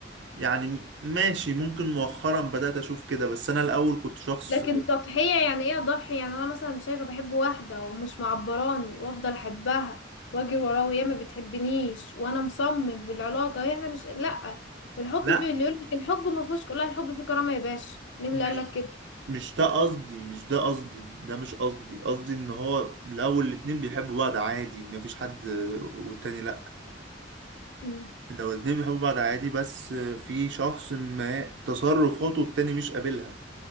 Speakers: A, on the right; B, on the left.
A: يعني ماشي ممكن مؤخرا بدأت اشوف كده بس انا الاول كنت شخص
B: لكن تضحيه يعني ايه اضحي يعني انا مثلا شايفه بحب واحده ومش معبراني وافضل احبها واجري وراها وهي ما بتحبنيش وانا مصمم في العلاقه هي احنا مش لا الحب
A: لا
B: فيه اللي يقول لك الحب ما فيهوش لا الحب فيه كرامه يا باشا مين
A: مش
B: اللي قال لك كده
A: مش ده قصدي مش ده قصدي ده مش قصدي قصدي ان هو الاول الاتنين بيحبوا بعض عادي مفيش حد والتاني لا
B: امم
A: لو الاتنين بيحبوا بعض عادي بس في شخص ما تصرفاته التاني مش قابلها